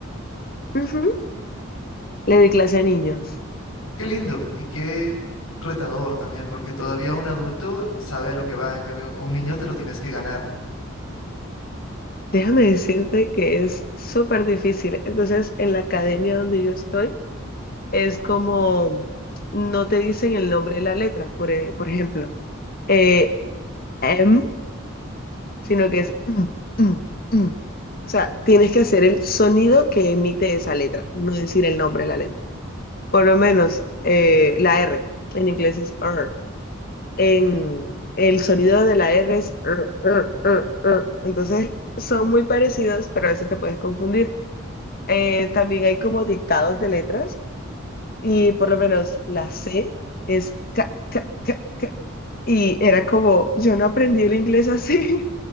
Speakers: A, on the left; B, on the left.
A: <laughs> Ujú. Le doy clase a niños.
B: Qué lindo y qué retador también, porque todavía un adulto sabe a lo que va, en cambio, a un niño te lo tienes que ganar.
A: Déjame decirte que es súper difícil. Entonces, en la academia donde yo estoy, es como no te dicen el nombre de la letra, por, e- por ejemplo, eh, M, sino que es M, M, M. O sea, tienes que hacer el sonido que emite esa letra, no decir el nombre de la letra. Por lo menos eh, la R, en inglés es R. En el sonido de la R es R, R, R, R. Entonces, son muy parecidos, pero a veces te puedes confundir. eh, también hay como dictados de letras y por lo menos la C es ca, ca, ca, ca. Y era como, yo no aprendí el inglés así.